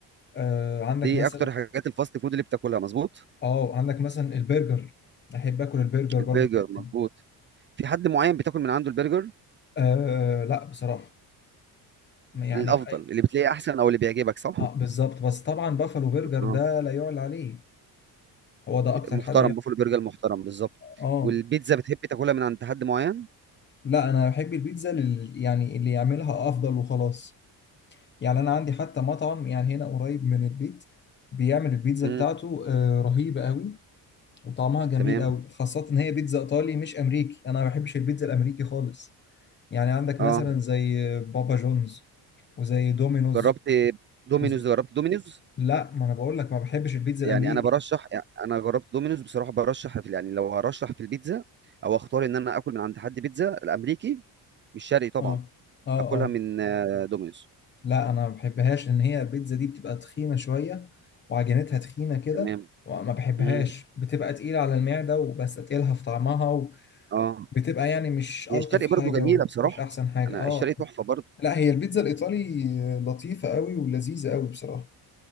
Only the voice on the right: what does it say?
دي
أكتر حاجات الفاست فود اللي بتاكلها مظبوط
البرجر
مظبوط في حد معين بتاكل من عنده البرجر
الأفضل اللي بتلاقيه أحسن أو اللي بيعجبك صح؟
اه
محترم
بوفالو برجر محترم بالظبط
والبيتزا بتحب تاكلها من عند حد معين؟
مم.
تمام
اه
جربت دومينوز
جربت دومينوز
يعني انا برشح يعني انا جربت دومينوز بصراحه برشح في يعني لو هرشح في البيتزا او اختار ان انا اكل من عند حد بيتزا الامريكي مش شرقي طبعا
اكلها
من آه، دومينوز
تمام
مم.
اه
هي
الشرقي
برضو جميله
بصراحه
انا
الشرقي تحفه برضو